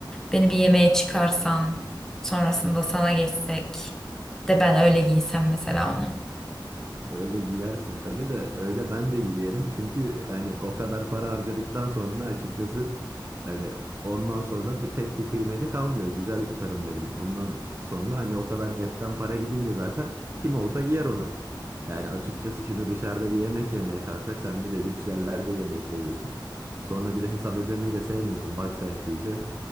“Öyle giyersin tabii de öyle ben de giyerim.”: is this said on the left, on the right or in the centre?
Right